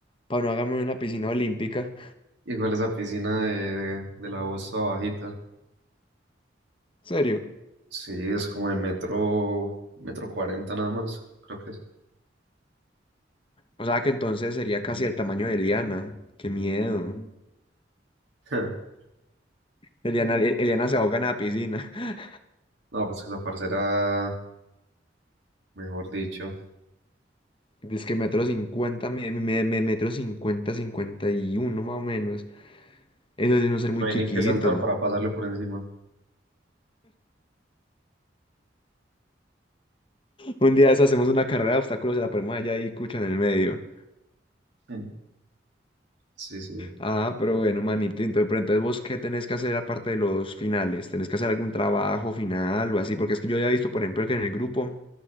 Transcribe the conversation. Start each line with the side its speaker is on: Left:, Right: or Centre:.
Left: para no ahogarme en una piscina olímpica.
Right: Igual esa piscina de, de la U está bajita.
Left: ¿Serio?
Right: Sí, es como de metro, metro cuarenta nada más, creo que es.
Left: O sea, que entonces sería casi el tamaño de Eliana. ¡Qué miedo!
Right: <laughs>
Left: Eliana, E-, Eliana se ahoga en la piscina. <laughs>
Right: No, pues que esa parcera, mejor dicho.
Left: Es que metro cincuenta, me- me- me- metro cincuenta, cincuenta y uno más o menos. Eso sí es un ser muy
Right: No hay
Left: chiquito.
Right: ni que saltar para pasarle por encima.
Left: Un día de eso hacemos una carrera de obstáculos y la ponemos allá y cucho en el medio.
Right: Mm. Sí, sí.
Left: Ah, pero bueno, manito, entonces, pero entonces vos qué tenés que hacer aparte de los finales? ¿Tenés que hacer algún trabajo final o así? Porque es que yo había visto, por ejemplo, que en el grupo